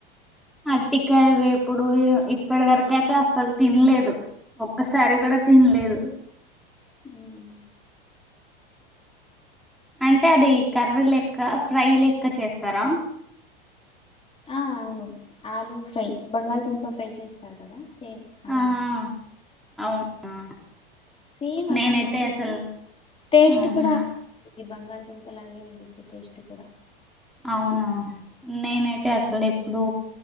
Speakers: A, in the centre; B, on the left.
A: అరిటికాయ వేపుడు ఇప్పటి వరకయితే అసలు తినలేదు ఒక్కసారి కూడా తినలేదు
B: ఉమ్
A: అంటే అది కర్రీ లెక్క ఫ్రై లెక్క చేస్తారా
B: ఆ అవును ఆలు ఫ్రై బంగాళదుంప ఫ్రై చేస్తారు కదా సేమ్ అలానే
A: ఆ ఆ అవునా
B: సేమ్ అలానే
A: నేనైతే
B: ఉంటుంది
A: అసలు
B: టేస్ట్
A: ఉహు
B: కూడా ఇది బంగాళదుంప లాగె వుంది ఇది టెస్ట్ కూడా
A: అవునా నేనైతే అసలెప్పుడూ